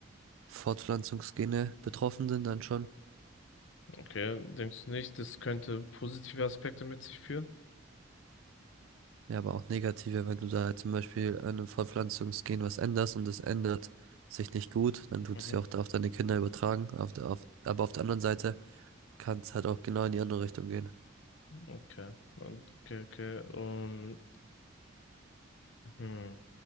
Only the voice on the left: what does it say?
Okay, denkst du nicht, das könnte positive Aspekte mit sich führen?
Mhm.
Okay. Und, okay, okay. Und, hm.